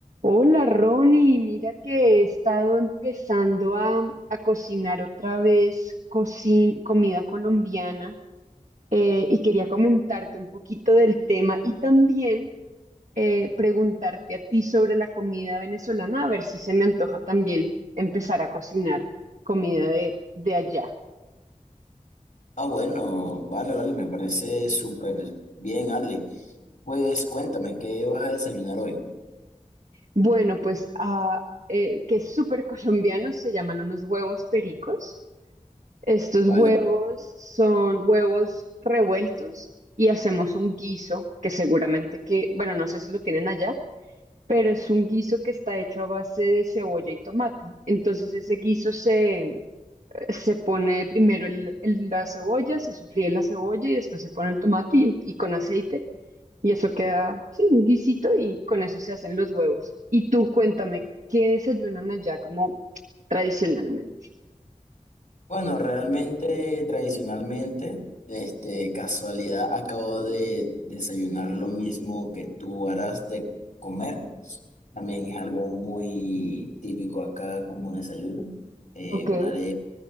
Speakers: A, on the right; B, on the left.
A: Hola Ronnie, mira que he estado empezando a, a cocinar otra vez cocin- comida colombiana eh, y quería comentarte un poquito del tema y también eh, preguntarte a ti sobre la comida venezolana, a ver si se me antoja también empezar a cocinar comida de, de allá.
B: Ah, bueno, vale, vale, me parece súper bien, Ale. Pues cuéntame, ¿qué vas a desayunar hoy?
A: Bueno, pues ah, eh, que es súper <laughs> colombiano, se llaman unos huevos pericos. Estos
B: Vale.
A: huevos son huevos revueltos y hacemos un guiso que seguramente que, bueno, no sé si lo tienen allá, pero es un guiso que está hecho a base de cebolla y tomate. Entonces ese guiso se, eh, se pone primero el- el- la cebolla, se sofríe la cebolla y después se pone el tomate y, y con aceite. Y eso queda, sí, un guisito y con eso se hacen los huevos. Y tú cuéntame, ¿qué desayunan allá como tradicionalmente?
B: Bueno, realmente, tradicionalmente, este, casualidad, acabo de desayunar lo mismo que tú harás de comer. También es algo muy típico acá como desayuno. Eh,
A: Ok.
B: una arepa,